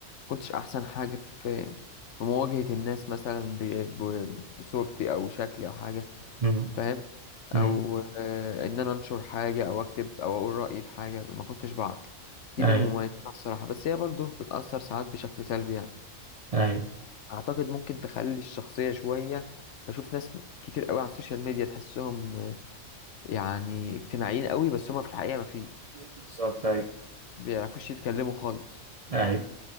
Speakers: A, on the left (about 70°); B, on the right (about 45°).
A: كنتش أحسن حاجة في في مواجهة الناس مثلا ب... ب... بصورتي أو شكلي أو حاجة
B: امم
A: فاهم
B: امم
A: أو أه إن أنا أنشر حاجة أو أكتب أو أقول رأيي في حاجة ما كنتش بعرف دي
B: اي
A: من مميزاتها الصراحة بس هي برضه بتأثر ساعات بشكل سلبي يعني
B: اي
A: اعتقد ممكن تخلي الشخصيه شويه بشوف ناس كتير قوي على السوشيال ميديا تحسهم آه، يعني اجتماعيين قوي بس هما في الحقيقه ما فيش
B: بالظبط اي
A: بيعرفوش يتكلموا خالص
B: اي